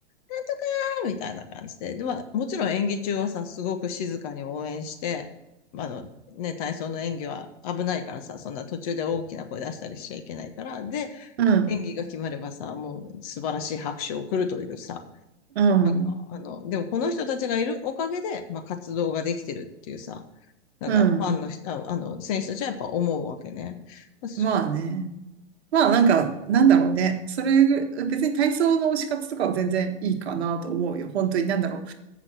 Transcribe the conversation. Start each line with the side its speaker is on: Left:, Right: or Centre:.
Left: なんとかーみたいな感じで、で、まあ、もちろん演技中はさ、すごく静かに応援して、まあ、あの、ね、体操の演技は危ないからさ、そんな途中で大きな声出したりしちゃいけないから、で、
Right: うん、
Left: 演技が決まればさ、もう素晴らしい拍手を送るというさ、
Right: うん、
Left: なんか、あの、でもこの人たちがいるおかげで、まあ、活動ができてるっていうさ、なんか、
Right: うん。
Left: ファンの人、ああの、選手たちはやっぱ思うわけね。まあそ
Right: まあね。まあなんか、なんだろうね。それぐ、別に体操の推し活とかは全然いいかなと思うよ。本当に、なんだろ